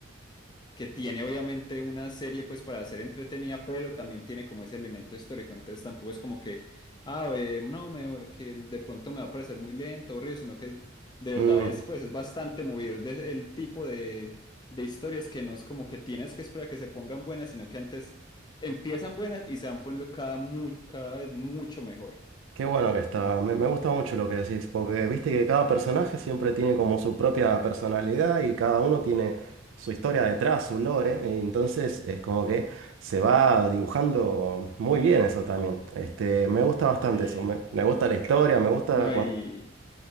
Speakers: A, on the left; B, on the right.
A: que tiene obviamente una serie pues para ser entretenida, pero también tiene como ese elemento histórico, entonces tampoco es como que, ah, eh, no, me- que de pronto me va a parecer muy lento, aburrido, sino que es- de verdad
B: ujú.
A: es pues es bastante movido, es de- el tipo de, de historias que no es como que tienes que esperar a que se pongan buenas, sino que antes empiezan buenas y se van poniendo cada, mu- cada vez mucho mejor.
B: Qué bueno que está. Me, me gusta mucho lo que decís, porque viste que cada personaje siempre tiene como su propia personalidad y cada uno tiene su historia detrás, su lore. e entonces es como que se va dibujando muy bien eso también. Este, me gusta bastante
A: Sí,
B: eso. Me, me gusta la historia, me gusta
A: no,
B: cuando...
A: y,